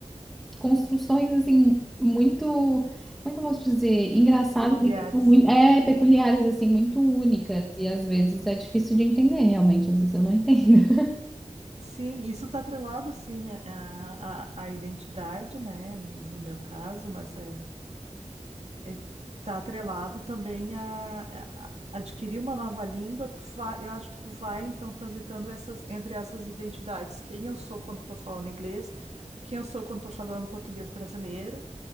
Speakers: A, in the centre; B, on the right.
A: construções assim muito, como é que eu posso dizer, engraçadas
B: Peculiares.
A: e que são muito, é, peculiares assim, muito únicas e às vezes é difícil de entender realmente, às vezes eu não entendo. <laughs>
B: Sim, isso está atrelado, sim, à à- à identidade, né, no, no meu caso, mas é. ele está atrelado também a, a- a adquirir uma nova língua, tu vai, eu acho que tu vai então transitando essas entre essas identidades, quem eu sou quando estou falando inglês, quem eu sou quando estou falando português brasileiro,